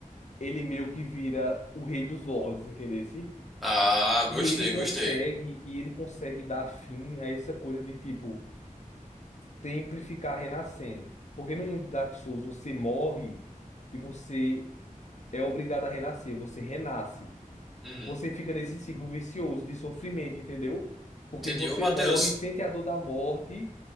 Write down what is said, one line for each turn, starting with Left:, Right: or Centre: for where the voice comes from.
Left: ele meio que vira o rei dos lords, entendesse?
Centre: Ah,
Left: E
Centre: gostei,
Left: ele consegue,
Centre: gostei.
Left: e ele consegue dar fim a essa coisa de tipo sempre ficar renascendo. Porque no mundo Dark Souls você morre e você é obrigado a renascer, você renasce.
Centre: Uhum.
Left: Você fica nesse ciclo vicioso de sofrimento, entendeu? Porque
Centre: Entendi.
Left: você
Centre: Ô, Matheus.
Left: morre, sente a dor da morte,